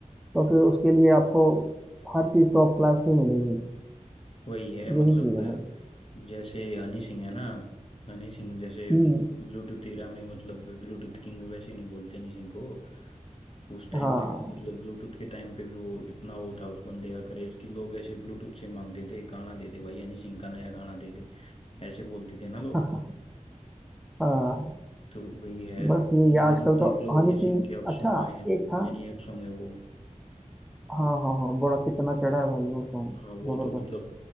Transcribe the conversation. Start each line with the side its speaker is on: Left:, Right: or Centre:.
Centre: तो फिर उसके लिए आपको हर चीज टॉप क्लास ही मिलेगी
Left: वही है मतलब
Centre: यही चीज है भाई
Left: जैसे हनी सिंह है ना हनी सिंह जैसे
Centre: हम्म
Left: ब्लूटूथ एरा में मतलब ब्लूटूथ किंग वैसे नहीं बोलते हनी सिंह को उस टाइम
Centre: हाँ
Left: पे भी मतलब ब्लूटूथ के टाइम पे भी वो इतना वो था उस बंदे का करेज कि लोग ऐसे ब्लूटूथ से मांगते थे गाना दे दे भाई हनी सिंह का नया गाना दे दे ऐसे बोलते थे ना
Centre: <laughs>
Left: लोग
Centre: हाँ
Left: तो वही है
Centre: बस ये ये
Left: लेकिन
Centre: आजकल
Left: अब देख
Centre: तो
Left: लो
Centre: हनी
Left: हनी
Centre: सिंह
Left: सिंह के अब
Centre: अच्छा
Left: सॉन्ग आए हैं जो
Centre: एक था
Left: मैनिएक सॉन्ग है वो
Centre: हाँ हाँ हाँ बड़ा कितना चढ़ा है भाई वो सॉन्ग
Left: हाँ वो
Centre: जबरदस्त
Left: तो मतलब